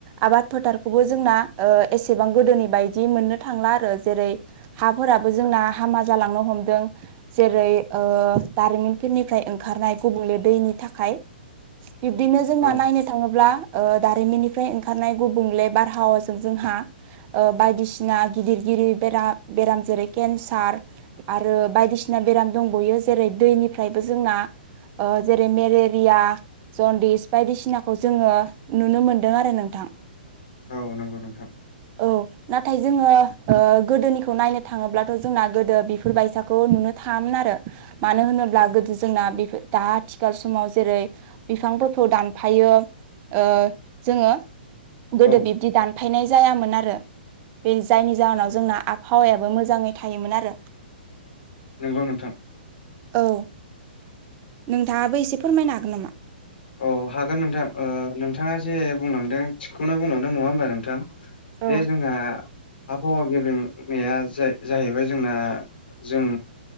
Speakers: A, on the right; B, on the left.
A: आबाद फोथारखौबो जोंना ओ एसेबां गोदोनि बायदि मोननो थांला आरो जेरै हाफोराबो जोंना हामा जालांनो हमदों जेरै ओ दारिमिनफोरनिफ्राय ओंखारनाय गुबुंले दैनि थाखाय बिब्दिनो जोंना
B: औ
A: नायनो थाङोब्ला ओ दारिमिननिफ्राय ओंखारनाय गुबुंले बारहावाजों जोंहा ओ बायदिसिना गिदिर गिरि बेरा बेराम जेरै केन्सार आरो बायदिसि जोना बेराम दंबावयो जेरै दैनिफ्रायबो जोंना जेरै ओ मेलेरिया जनदिस बायदिसिनाखौ जोङो नुनो मोनदों आरो नोंथां।
B: औ नंगौ नोंथां।
A: औ नाथाय जोङो ओ गोदोनिखौ नायनो थाङोब्लाथ' जोंना गोदो बेफोरबायसाखौ नुनो थाङामोन आरो। मानो होनोब्ला गोदो जोंना बेफोर दा आथिखाल समाव जेरै बिफांफोरखौ दानफायो ओ जोङो गोदो
B: औ
A: बिब्दि दानफायनाय जायामोन आरो बे जायनि जाहोनाव जोंना आबहावायाबो मोजाङै थायोमोन आरो।
B: नंगौ नोंथां।
A: औ नोंथाङाबो एसे फोरमायनो हागोन नामा?
B: औ हागोन नोंथां ओ नोंथाङा जे बुंलांदों थिगखौनो बुंलांदों नङा होनोमबा नों थां
A: औ
B: जे जोंहा आबहावा गेबेंनाया जाहैबाय जोंना जों